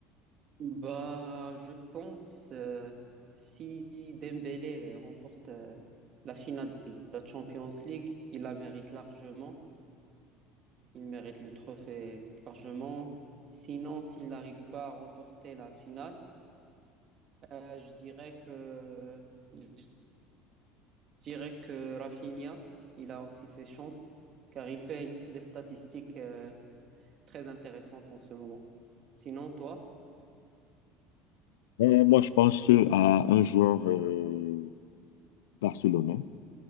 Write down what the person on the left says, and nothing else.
Euh, moi, je pense à un joueur euh, barcelonais,